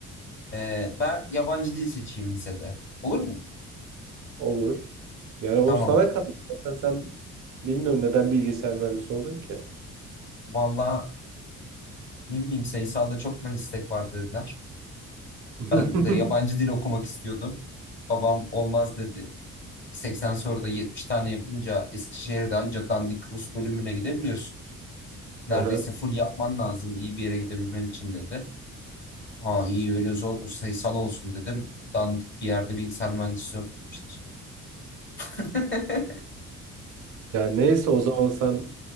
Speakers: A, on the left; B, on the right.
A: Ee, ben yabancı dil seçeyim lisede. Olur mu?
B: olur. Yani o
A: Tamam.
B: sana kalmış. Zaten sen bilmiyorum neden bilgisayar mühendisi oldun ki.
A: Valla ne bileyim sayısalda çok meslek var dediler.
B: <laughs>
A: Ben de yabancı dil okumak istiyordum. Babam olmaz dedi. 80 soruda 70 tane yapınca Eskişehir'de anca dandik Rus bölümüne gidebiliyorsun. Neredeyse
B: Aha.
A: full yapman lazım iyi bir yere gidebilmen için dedi. Ha iyi öyle zormuş sayısal olsun dedim. Dandik bir yerde bilgisayar mühendisliği okumuştum. <laughs>
B: Yani neyse o zaman sen